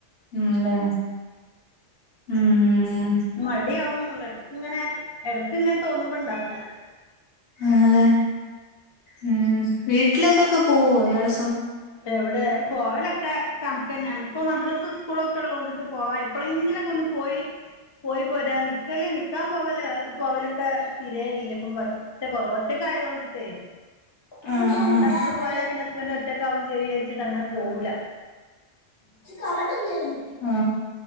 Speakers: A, on the left (about 55°); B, on the left (about 40°).
A: ഉംല്ലേ ഉം
B: മടിയാവുന്നുള്ളൂ എടക് ഇങ്ങനെ എടക്കിങ്ങനെ തോന്നുമ്പോ ഇണ്ടാക്കും
A: ആണല്ലേ ഉം വീട്ടിലൊക്കൊക്കെ പോവോ എടെ
B: എവിടെ പോവലൊക്കെ കണക്ക് തന്നെയാണ് ഇപ്പൊ മദ്രാസ് സ്കൂളൊക്കെ ഉള്ളതൊണ്ടിട്ട് പോവാ എപ്പോഴെങ്കിലുമൊക്കെ ഒന്ന് പോയി പോയി പോരാ നിക്കൽ നിക്കാൻ പോവല പോവലൊക്കെ തിര ഇല്ല ഇപ്പം ഒറ്റ കൊറവോറ്റൊക്കെ ആയതുകൊണ്ടിട്ടേ
A: ആണല്ലേ
B: ഇവിടെ നമ്മള് പോയാ ഹസ്ബന്റ് ഒറ്റക്ക ചെയചാരിച്ചിട്ട് അങ്ങനെ പോയില
A: മ് <inaudible>